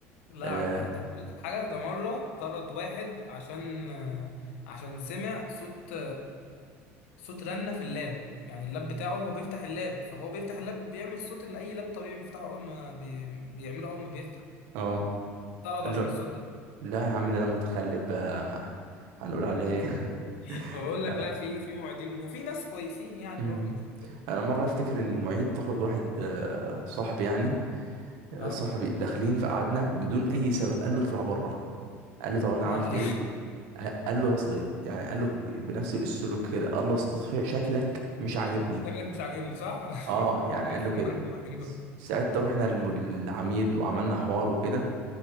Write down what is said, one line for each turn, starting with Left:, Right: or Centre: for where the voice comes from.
Left: لا
Right: اه
Left: عند... طب أقول لك حاجة ده مرة طرد واحد عشان آه، عشان سمع صوت صوت رنة في اللاب يعني اللاب بتاعه هو بيفتح اللاب فهو بيفتح اللاب بيعمل الصوت اللي اي لاب طبيعي بيفتحه اول ما بي... بيعمله اول ما بيفتح
Right: آه.
Left: طرد
Right: قال
Left: عشان
Right: له
Left: الصوت ده
Right: لا يا عم ده أنا متخلف بقى هنقول عليه إيه؟
Left: <laughs> بقول
Right: <laughs>
Left: لك
Right: لا.
Left: لا في في موعدين وفي ناس كويسين يعني
Right: مم.
Left: برضه مش كلهم
Right: أنا مرة أفتكر إن المعيد طرد واحد آه، صاحبي يعني آه،
Left: اه
Right: صاحبي داخلين فقعدنا بدون أي سبب قال له اطلع بره قال له طب أنا
Left: ما
Right: عملت إيه؟ قال له اصل يعني قال له بنفس السلوك كده قال له اصل ش- شكلك مش عاجبني
Left: <laughs> شكلك مش عاجبني صح <laughs>
Right: اه يعني
Left: عارفهم
Right: قال له كده
Left: انا الموعدين دول
Right: ساعتها رحنا للم- للعميد وعملنا حوار وكده